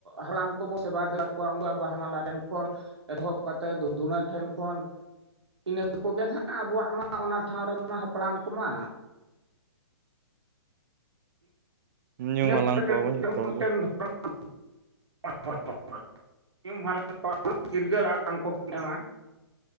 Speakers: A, on the right; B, on the right.
A: ᱦᱟᱲᱟᱢ ᱠᱚᱵᱚ ᱥᱮᱵᱟ ᱫᱮᱵᱟ ᱠᱚᱣᱟ <unintelligible> ᱢᱟᱞᱟ ᱨᱮᱱ ᱠᱷᱚᱱ ᱮᱛᱚᱵ ᱠᱟᱛᱮᱫ ᱫᱷᱩᱲ ᱫᱷᱩᱲᱟᱹ ᱴᱷᱮᱱ ᱠᱷᱚᱱ ᱤᱱᱟᱹ ᱠᱚᱜᱮ ᱱᱟᱦᱟᱜ ᱟᱵᱚᱣᱟᱜ ᱢᱟ ᱚᱱᱟ ᱴᱷᱟᱶ ᱨᱮᱢᱟ ᱦᱟᱯᱲᱟᱢ ᱠᱚᱢᱟ᱾ <unintelligible>
B: ᱧᱩᱢ ᱦᱟᱞᱟᱝ ᱠᱚᱣᱟᱵᱚᱱ ᱡᱷᱚᱛᱚ ᱦᱚᱲ ᱜᱮ
A: <unintelligible> ᱪᱤᱨᱜᱟᱹᱞ ᱟᱲᱟᱝ ᱠᱚ ᱧᱟᱢᱟ᱾